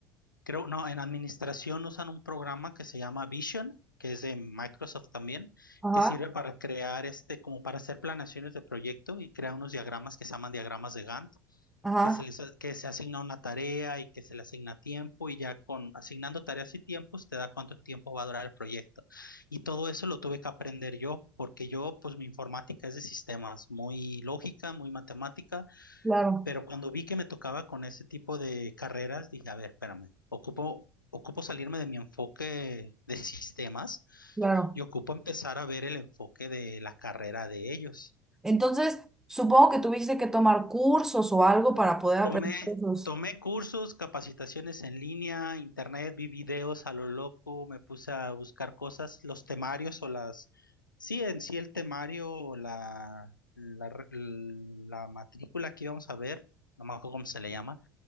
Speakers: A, on the left (about 85°); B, in the centre.
A: creo, no, en administración usan un programa que se llama Vision, que es de Microsoft también,
B: ajá,
A: que sirve para crear, este, como para hacer planeaciones de proyecto y crea unos diagramas que se llaman diagramas de Gantt
B: ajá,
A: que se les, a- que se asigna una tarea y que se le asigna tiempo y ya con asignando tareas y tiempos te da cuánto tiempo va a durar el proyecto. Y todo eso lo tuve que aprender yo porque yo, pues mi informática es de sistemas, muy lógica, muy matemática,
B: claro,
A: pero cuando vi que me tocaba con ese tipo de carreras, dije, a ver, espérame, ocupo... Ocupo salirme de mi enfoque de sistemas
B: claro.
A: y ocupo empezar a ver el enfoque de la carrera de ellos.
B: Entonces, supongo que tuviste que tomar cursos o algo para poder aprender
A: Tomé,
B: esos.
A: tomé cursos, capacitaciones en línea, internet, vi videos a lo loco, me puse a buscar cosas, los temarios o las, sí, en sí el temario o la, la, re- la matrícula que íbamos a ver, no me acuerdo cómo se le llama, o